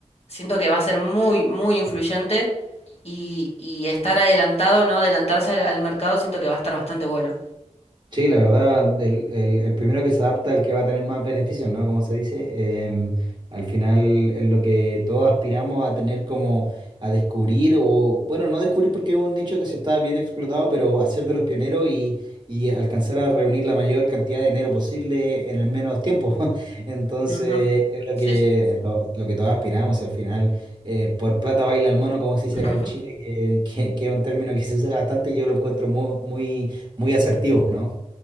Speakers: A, on the left; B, on the right.
A: siento que va a ser muy, muy influyente y, y estar adelantado, no adelantarse al al mercado, siento que va a estar bastante bueno.
B: Sí, la verdad, el, el- el primero que se adapta, el que va a tener más beneficios, ¿no? Como se dice, em, al final es lo que todos aspiramos a tener como a descubrir, o bueno, no descubrir porque es un nicho que se está bien explotado, pero hacer de los pioneros y, y alcanzar a reunir la mayor cantidad de dinero posible en el menos tiempo. <laughs> Entonces,
A: Ujú.
B: es lo
A: Sí,
B: que,
A: sí.
B: lo, lo que todos aspiramos, al final, eh, por plata baila el mono, como se dice
A: <laughs> Ujú.
B: acá en Chile, que, que, que es un término que se usa bastante y yo lo encuentro muy, muy, muy asertivo, ¿no?